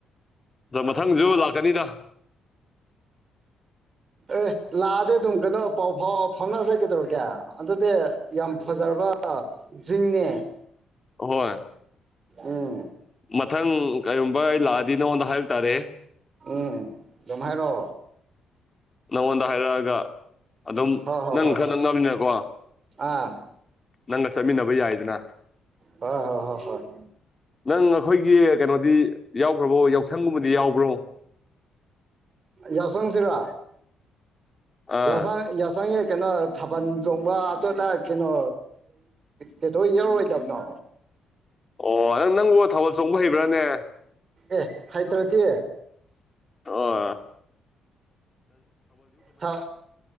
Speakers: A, on the left (about 25°); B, on the right (about 40°).
A: ꯑꯗꯣ ꯃꯊꯪꯁꯨ ꯂꯥꯛꯀꯅꯤꯗ
B: ꯑꯦ ꯂꯥꯛꯑꯗꯤ ꯗꯨꯝ ꯀꯩꯅꯣ ꯄꯥꯎ ꯐꯥꯎ ꯐꯥꯎꯅꯔꯁꯦ ꯀꯩꯗꯧꯔꯒꯦ ꯑꯗꯨꯗꯤ ꯌꯥꯝ ꯐꯖꯔꯕ ꯖꯤꯡꯅꯦ
A: ꯍꯣꯏ
B: ꯎꯝ
A: ꯃꯊꯪ ꯀꯔꯤꯒꯨꯝꯕ ꯑꯩ ꯂꯥꯛꯑꯗꯤ ꯅꯉꯣꯟꯗ ꯍꯥꯏꯔꯛ ꯇꯥꯔꯦꯍꯦ
B: ꯎꯝ ꯗꯝꯍꯥꯏꯔꯣ
A: ꯅꯉꯣꯟꯗ ꯍꯥꯏꯔꯛꯑꯒ ꯑꯗꯨꯝ
B: ꯍꯣꯏ ꯍꯣꯏ
A: ꯅꯪ
B: ꯍꯣꯏ
A: ꯈꯔ ꯅꯛꯅꯃꯤꯅꯀꯣ
B: ꯑꯥ
A: ꯅꯪꯒ ꯆꯠꯃꯤꯟꯅꯕ ꯌꯥꯏꯗꯅ
B: ꯍꯣꯏ ꯍꯣꯏ ꯍ ꯍꯣꯏ
A: ꯅꯪ ꯑꯩꯈꯣꯏꯒꯤ ꯀꯩꯅꯣꯗꯤ ꯌꯥꯎꯈ꯭ꯔꯕꯣ ꯌꯥꯎꯁꯪꯒꯨꯝꯕꯗꯤ ꯌꯥꯎꯕ꯭ꯔꯣ
B: ꯌꯥꯎꯁꯪꯁꯤꯔꯣ
A: ꯑꯥ
B: ꯌꯥꯎꯁꯪ ꯌꯥꯎꯁꯪ ꯉ ꯀꯩꯅꯣ ꯊꯥꯕꯜ ꯆꯣꯡꯕ ꯇꯣ ꯇ ꯀꯩꯅꯣ ꯀꯇꯧ ꯌꯥꯎꯔꯣꯏ ꯇꯥꯕꯅꯣ
A: ꯑꯣ ꯅꯪ ꯅꯪꯕꯨ ꯊꯥꯕꯜ ꯆꯣꯡꯕ ꯍꯩꯕ꯭ꯔꯥꯅꯦ
B: ꯑꯦ ꯍꯩꯇ꯭ꯔꯗꯤ
A: ꯑꯥ
B: ꯊꯥ